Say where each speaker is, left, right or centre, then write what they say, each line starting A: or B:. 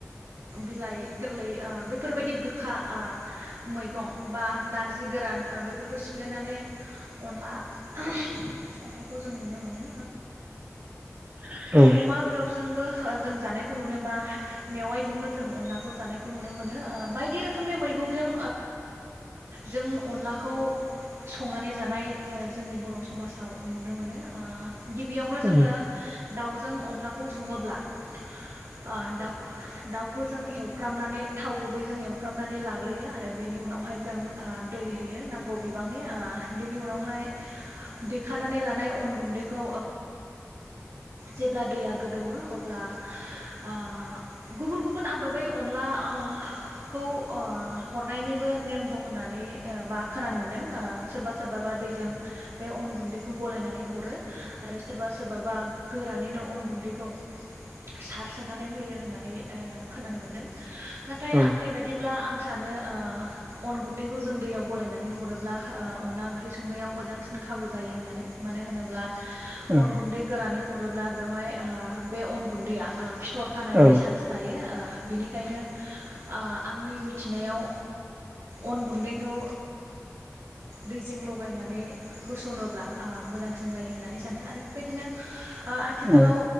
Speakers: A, on the right (about 60°); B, on the right (about 35°).
A: बिलाइ गोरलै बेफोरबायदि गोखा मैगं बा नारजि गोरान बेैफोरखौ सिफ्लेनानै अनला संनायखौ जों नुनो मोनो।
B: औ
A: अमा बेदरजोंबो जों जानायखौ नुनोबा मेवाइजोंबो जों अनलाखौ जानायखौ नुनो मोनो बायदि रोखोम। रोखोमनि मैगंजों जों अनलाखौ संनानै जानाय जोंनि बर' समाजाव नुनो मोनो। गिबियावनो
B: औ
A: जोङो दाउजों अनलाखौ सङोब्ला आ दाउ दाउखौ जों एवफ्रामनानै थाव गुबै जों एव फ्रामनानै लाग्रोयो आरो बेनि उनावहाय जों दै होयो नांगौ बिबांनि बेनि उनावहाय देखानानै लानाय अन गुन्दैखौ जेब्ला दैया गोदौवो अब्ला आ गुबुन गुबुन आदबै अनला खौ हरनायनिबो नेम दं होननानै बा खोनानो मोनदों। सोरबा सोरबाबा दैजों। बे अन गुन्दैखौ गलायनानै हरो आरो सोरबा सोरबाबा। गोरानैनो अन गुन्दैखौ सारसोनानै होयो होननानै खोनानो मोनदों नाथाय
B: औ
A: आं आंनि बायदिब्ला आं सानो अन गुन्दैखौ जों दैयाव गलायनानै हरोब्ला अनला ओंख्रि संनायाव मोजांसिन खाबु जायो होननानै मानो होनोब्ला अन
B: औ
A: गुन्दै गोरानै हरोब्ला बेवहाय बे अन गुन्दैया फिथर खानायनि
B: औ
A: चान्स थायो। बिनिखायनो। आंनि मिथिनायाव अन गुन्दैखौ दैजों लगायनानै होस'नोब्ला मोजांसिन जायो होननानै सानो आरो बेबायदिनो आथिखालाव
B: औ